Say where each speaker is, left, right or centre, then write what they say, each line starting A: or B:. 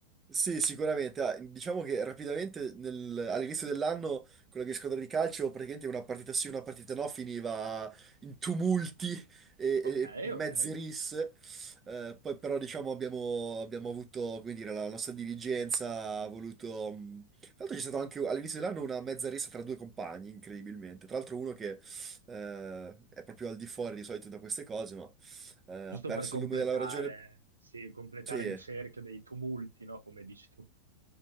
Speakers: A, on the right (about 20°); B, on the right (about 75°).
A: Sì, sicuramente. Ah, diciamo che rapidamente nel- all'inizio dell'anno con la mia squadra di calcio praticamente una partita sì, una partita no finiva in tumulti e,
B: Ok,
A: e- e mezze
B: ok.
A: risse. Eh, poi però diciamo abbiamo, abbiamo avuto, come dire, la nostra dirigenza ha voluto... mh, Tra l'altro c'è stata anche all'inizio dell'anno una mezza rissa tra due compagni, incredibilmente. Tra l'altro uno che eh, è proprio al di fuori di solito da queste cose, ma eh,
B: Giusto
A: ha perso
B: per completare,
A: il lume della ragione.
B: sì, completare
A: Sì.
B: il cerchio dei tumulti, no? Come dici tu.